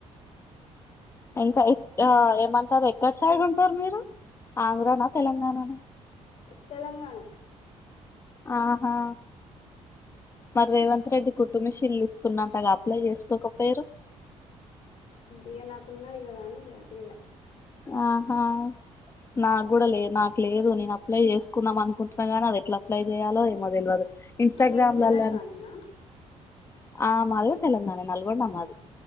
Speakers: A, on the left; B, on the left.
A: ఇంకా ఆ ఏమంటారు ఎక్కడ సైడ్ ఉంటారు మీరు ఆంధ్రనా తెలంగాణనా
B: తెలంగాణ
A: ఆహా మరి రేవంత్ రెడ్డి కుట్టు మిషన్లు ఇస్తునంటగా అప్లై చేసుకోకపోయిరు
B: ఇగ నాకు ఉన్నది కదా అని ఇగ చెయ్ల
A: ఆహా నా కూడా లే నాకు లేదు నేను అప్లై చేసుకున్నాం అనుకుంటున్నా గానీ అది ఎట్లా అప్లై చేయాలో ఏమో తెల్వదు ఇన్స్టాగ్రామ్లాలా
B: మీది తెలంగాణనా
A: ఆ మాది కూడా తెలంగాణ నల్గొండ మాది